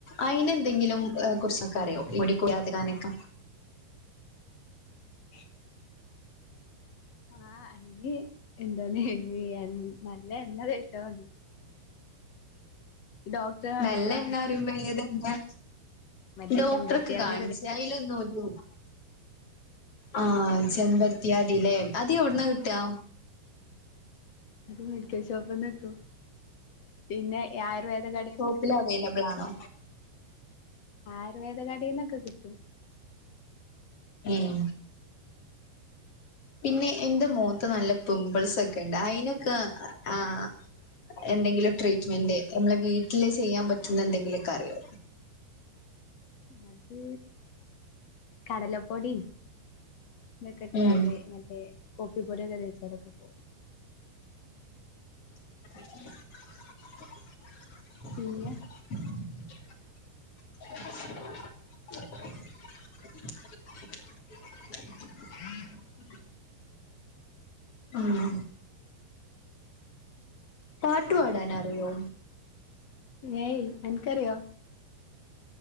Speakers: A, on the left (about 35°); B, on the left (about 55°).
A: അയിനെ എന്തെങ്കിലും കുറിച്ചൊക്കെ അറിയോ ഈ മുടി കൊഴിയാതിരിക്കാനൊക്കെ
B: <inaudible> ആഹ് അയിന് എന്തോന്ന് ഹ് യെ നല്ല എണ്ണ തേച്ചാ മതി ഡോക്ടറെ കാണിക്കാ
A: നല്ല എണ്ണ പറയുമ്പോ ഏത് എണ്ണ്യാ
B: മറ്റേ
A: ഡോക്ടറൊക്കെ
B: ചെമ്പരത്തി
A: കാണിച്ചു
B: അത്
A: അയിലൊന്നും ഒരു ആഹ് ചെമ്പരത്ത്യാദി ല്ലേ അത് എവിടന്നാ കിട്ടാ
B: അത് മെഡിക്കൽ ഷോപ്പ്ന്ന് കിട്ടും പിന്നെ ആയുർവേദ കടേന്ന്
A: ത്തിലും അവൈലബിൾ ആണോ
B: ആയുർവേദ കടേന്നൊക്കെ കിട്ടും
A: ഉം പിന്നെ എന്റെ മോത്ത് നല്ല പിംപിൾസൊക്കെ ഇണ്ട് അയിനൊക്കെ ആഹ് എന്തെങ്കിലും ട്രീറ്റ്മെന്റ് മ്മളെ വീട്ടില് ചെയ്യാൻ പറ്റുന്ന എന്തെങ്കിലൊക്കെ അറിയോ
B: അത് കടലപ്പൊടീം ത് ക്കെഇട്ട്
A: ഉം
B: കാണ്ടേ മറ്റേ കോഫി പൊടി ഒക്കെ തേച്ച അതൊക്കെ പോവും
A: <inaudible>
B: പിന്നെ
A: <inaudible> <inaudible>
B: <inaudible>
A: <inaudible> ഉം പാട്ടുപാടാനറിയോ
B: ഏയ്‌ അൻക്കറിയോ